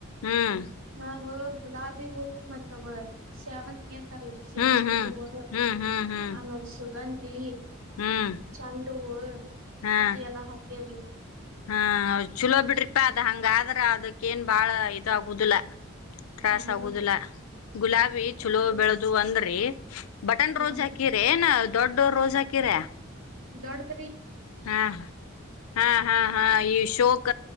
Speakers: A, on the left; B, on the right.
A: ಹ್ಮ್
B: ನಾವು. ಗುಲಾಬಿ ಹು ಮತ್ತೆ ಸಾವಂತಿ. ಏನ್ ತರ್ಲಿ ಸೇವಂತಿ
A: ಹ್ಮ್ ಹ್ಮ್
B: ಹೋಗು
A: ಹ್ಮ್ ಹ್ಮ್ ಹ್ಮ್
B: ಆಮೇಲೆ ಸುಗಂಧ. <inaudible>
A: ಹ್ಮ್.
B: ಚಂಡೂ ಹೂವ್.
A: ಹಾ
B: ಅದು ಎಲ್ಲ ಹಾಕಿ. <unintelligible>
A: ಹಾ ಚಲೋ ಬಿಡ್ರಿಪಾ ಅದ ಹಂಗಾದ್ರ ಅದಕ್ಕೇಏನ್ ಬಾಳ ಇದಾಗುದಿಲ್ಲ. ತ್ರಾಸ
B: ಹ್ಮ್ರಿ
A: ಆಗುದಿಲ್ಲ ಗುಲಾಬಿ
B: ಅದೇರಿ
A: ಚಲೋ ಬೆಳೆದು ಅಂದ್ರಿ. ಬಟನ್
B: ಹೂನ್ರಿ
A: ರೋಜ ಹಾಕಿರ ನಾವ್ ದೊಡ್ಡ. ರೋಜ ಹಾಕಿರ.
B: ದೊಡ್ಡ ರೀ.
A: ಹಾ ಹಾ ಹಾ ಹಾ ಈ ಶೋಕ.